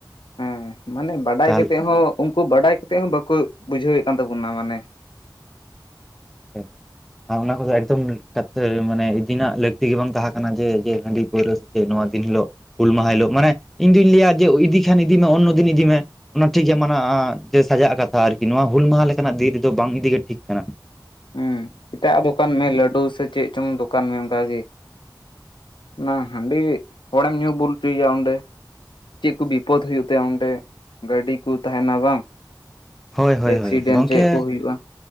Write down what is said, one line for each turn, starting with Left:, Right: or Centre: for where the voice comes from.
Left: ᱦᱮᱸ ᱢᱟᱱᱮ ᱵᱟᱰᱟᱭ
Centre: ᱛᱟᱦᱚᱞᱮ
Left: ᱠᱟᱛᱮᱫ ᱦᱚᱸ ᱩᱱᱠᱩ ᱵᱟᱰᱟᱭ ᱠᱟᱛᱮᱫ ᱦᱚᱸ ᱵᱟᱠᱚ ᱵᱩᱡᱷᱟᱹᱣᱮᱫ ᱠᱟᱱ ᱛᱟᱵᱚᱱᱟ ᱢᱟᱱᱮ
Centre: <unintelligible> <unintelligible> ᱚᱱᱟ ᱠᱚᱫᱚ ᱮᱠᱫᱚᱢ <unintelligible> ᱢᱟᱱᱮ ᱤᱫᱤᱱᱟᱜ ᱞᱟᱹᱠᱛᱤ ᱜᱮ ᱵᱟᱝ ᱛᱟᱦᱟᱸ ᱠᱟᱱᱟ ᱡᱮ ᱡᱮ ᱦᱟᱺᱰᱤ ᱯᱟᱹᱣᱨᱟᱹ ᱥᱮ ᱱᱚᱣᱟ ᱫᱤᱱ ᱦᱤᱞᱳᱜ ᱦᱩᱞ ᱢᱟᱦᱟ ᱦᱤᱞᱳᱜ ᱢᱟᱱᱮ ᱤᱧᱫᱩᱧ ᱞᱟᱹᱭᱟ ᱡᱮ ᱤᱫᱤ ᱠᱷᱟᱱ ᱤᱫᱤᱢᱮ ᱚᱱᱚᱫᱤᱱ ᱤᱫᱤᱢᱮ, ᱚᱱᱟ ᱴᱷᱤᱠ ᱜᱮᱭᱟ ᱢᱟᱱᱟᱜ-ᱟ ᱡᱮ ᱥᱟᱡᱟᱜ ᱠᱟᱛᱷᱟ ᱟᱨᱠᱤ ᱱᱚᱣᱟ ᱦᱩᱞ ᱢᱟᱦᱟ ᱞᱮᱠᱟᱱᱟᱜ ᱫᱤᱱ ᱨᱮᱫᱚ ᱵᱟᱝ ᱤᱫᱤᱜᱮ ᱴᱷᱤᱠ ᱠᱟᱱᱟ᱾
Left: ᱦᱩᱸ ᱮᱴᱟᱜ-ᱟᱜ ᱫᱚᱠᱟᱱ ᱢᱮ ᱞᱟᱹᱰᱩ ᱥᱮ ᱪᱮᱫ ᱪᱚᱝ ᱫᱚᱠᱟᱱ ᱢᱮ ᱚᱱᱠᱟ ᱜᱮ, ᱚᱱᱟ ᱦᱟᱺᱰᱤ ᱦᱚᱲᱮᱢ ᱧᱩ ᱵᱩᱞ ᱪᱩᱭ ᱭᱟ ᱚᱸᱰᱮ, ᱪᱮᱫ ᱠᱚ ᱵᱤᱯᱚᱫ ᱦᱳᱭᱳᱜ ᱛᱟᱭᱟ ᱚᱸᱰᱮ ᱜᱟᱹᱰᱤ ᱠᱚ ᱛᱟᱦᱮᱱᱟ ᱵᱟᱝ,
Centre: ᱦᱳᱭ ᱦᱳᱭ
Left: ᱮᱠᱥᱤᱰᱮᱱᱴ
Centre: ᱦᱳᱭ ᱜᱚᱝᱠᱮ
Left: ᱪᱮᱫ ᱠᱚ ᱦᱩᱭᱩᱜᱼᱟ